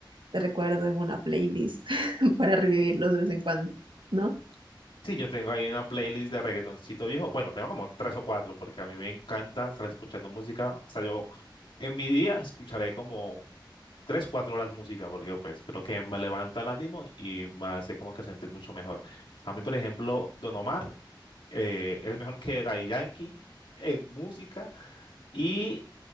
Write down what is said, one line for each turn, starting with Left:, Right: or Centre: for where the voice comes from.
Right: te recuerdo en una playlist <laughs> para revivirlos de vez en cuando, ¿no?
Left: Sí, yo tengo ahí una playlist de reggaetoncito viejo, bueno, tengo como tres o cuatro, porque a mí me encanta estar escuchando música, o sea, yo en mi día escucharé como tres, cuatro horas música, porque pues creo que me levanta el ánimo y me hace como que sentir mucho mejor. A mí, por ejemplo, Don Omar. eh, es mejor que Daddy Yankee en música y